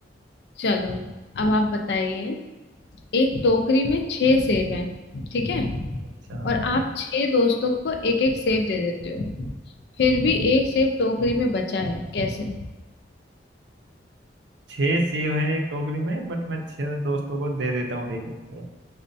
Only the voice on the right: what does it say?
अच्छा
छह सेब हैं एक टोकरी में बट मैं छह दोस्तों को दे देता हूँ एक एक को